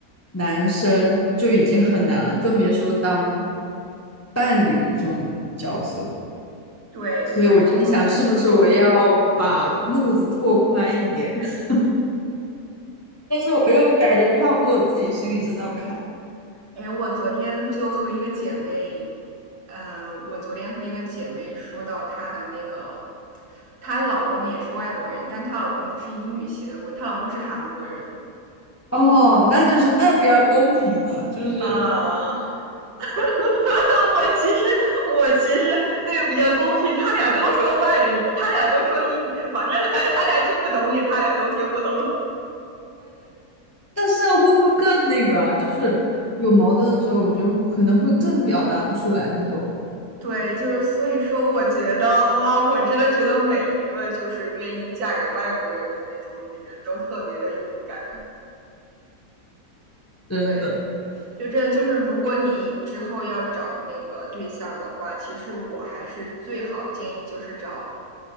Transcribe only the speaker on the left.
男生就已经很难了，更别说当伴侣这种角色。
所以我就在想，
是不是我要把路子拓宽一点？<laughs> 我又感觉跨不过我自己心里这道坎。
哦，那就是那比较公平了，就是
<laughs>。
但是啊会不会更那个啊？就是有矛盾的时候，我觉得可能会更表达不出来那种。
真的，